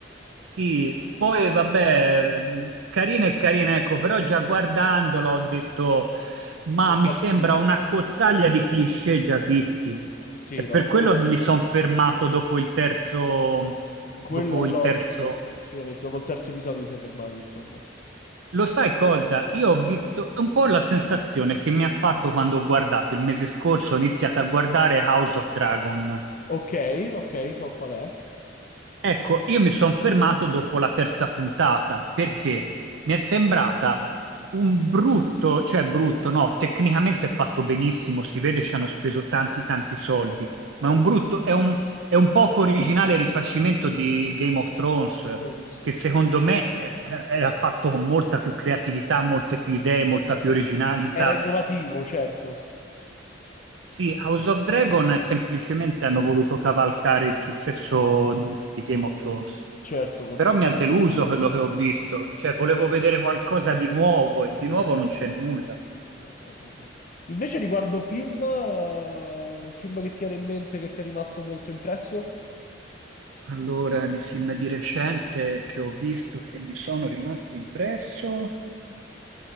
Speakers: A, on the right (about 80°); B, on the left (about 45°).
A: Sì, poi vabbè, mh, carina e carina, ecco, però già guardandolo ho detto, ma
B: Non
A: mi
B: ti ha
A: sembra
B: convinto.
A: una cozzaglia di cliché già visti.
B: Sì,
A: È per
B: no, quello,
A: quello che mi sono fermato dopo il terzo,
B: quello
A: dopo
B: è logico,
A: il terzo.
B: assolutamente. Dopo il terzo episodio si è fermato, insomma.
A: Lo sai cosa? Io ho visto è un po' la sensazione che mi ha fatto quando ho guardato il mese scorso, ho iniziato a guardare House of Dragon.
B: Ok, ok, so qual è.
A: Ecco, io mi sono fermato dopo la terza puntata perché
B: Ah,
A: mi è sembrata un brutto, cioè brutto, no, tecnicamente è fatto benissimo, si vede ci hanno speso tanti tanti soldi,
B: Ok.
A: ma è un brutto, è un, è un poco originale rifacimento di Game of Thrones,
B: Game of Thrones,
A: che
B: sì.
A: secondo
B: sì.
A: me era, era fatto con molta più creatività, molte più idee, molta più originalità.
B: Era innovativo, certo,
A: Sì, House of Dragon è semplicemente hanno voluto cavalcare il successo di Game of Thrones.
B: certo, continua.
A: Però mi ha deluso quello che ho visto, cioè volevo vedere qualcosa di nuovo e di
B: No.
A: nuovo non c'è nulla.
B: Eh, Invece riguardo film, eh, un film che ti viene in mente che ti è rimasto molto impresso?
A: Allora, di film di recente che ho visto che mi sono rimasti impresso,